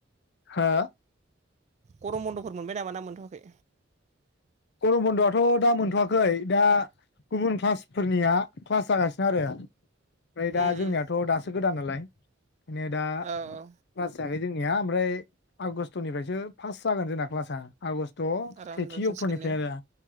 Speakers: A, on the left (about 60°); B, on the right (about 35°).
A: हा
B: गरम बन्द'फोर मोनबाय नामा ना मोनथ'वाखै?
A: गरम बन्द'आथ' दा मोनथ'वाखै दा गुबुन क्लासफोरनिया क्लास जागासिनो आरो ओमफ्राय दा
B: उम
A: जोंनियाथ'
B: उम
A: दासो गोदान नालाय <inaudible> नेदा
B: औ औ
A: फास जायाखै जोंनिया ओमफ्राय आगष्टनिफ्रायसो फास्त जागोन जोंना क्लासा आगष्त त'
B: आराम
A: सेथि
B: जाफिनसिगोन
A: निफ्राय
B: ने
A: आरो